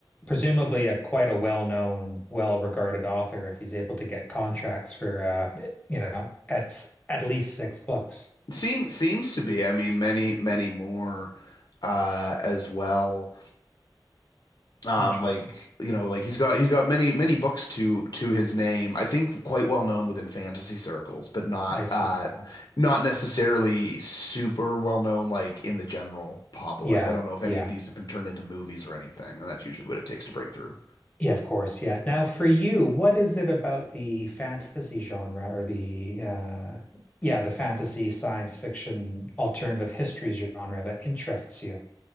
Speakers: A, on the left; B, on the left.
A: presumably a quite a well-known, well-regarded author if he's able to get contracts for uh you know, at at least six books.
B: seem seems to be. I mean, many many more uh as well. Um,
A: Interesting.
B: like you know, like he's got he's got many many books to to his name. I think quite well known within fantasy circles, but not
A: I see.
B: uh
A: Yeah.
B: not necessarily super well known like in the general public.
A: Yeah.
B: I don't know if any
A: Yeah.
B: of these have been turned into movies or anything, and that's usually what it takes to break through.
A: Yeah, of course. Yeah. Now for you, what is it about the fantasy genre or the uh yeah, the fantasy, science fiction, alternative history genre that interests you?